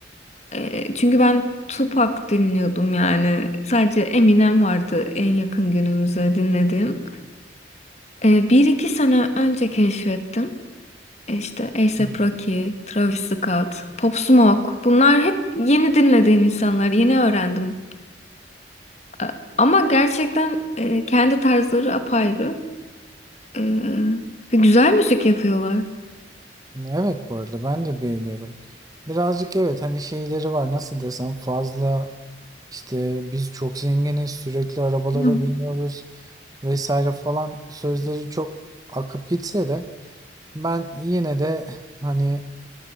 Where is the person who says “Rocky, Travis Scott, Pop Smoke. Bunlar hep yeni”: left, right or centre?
Left